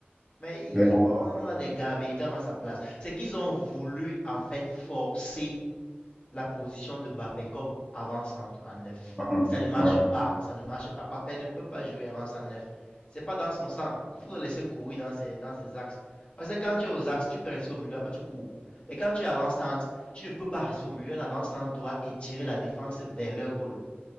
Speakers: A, on the left; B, in the centre.
A: Mais i-
B: Mais non.
A: i- on a des gars, Bellingham à sa place. C'est qu'ils ont voulu en fait forcer la position de Mbappé comme avant-centre en neuf.
B: Mm, mm.
A: Et ça ne marche
B: Ouais,
A: pas, ça ne marche pas. Mbappé ne peut pas jouer avant en neuf. C'est pas dans son sang. Il faut le laisser courir dans ses, dans ses axes. Parce que quand tu es aux axes, tu peux rester au milieu, après tu cours. Mais quand tu es avant-centre, tu ne peux pas rester au milieu. Un avant-centre doit étirer la défense vers leur goal.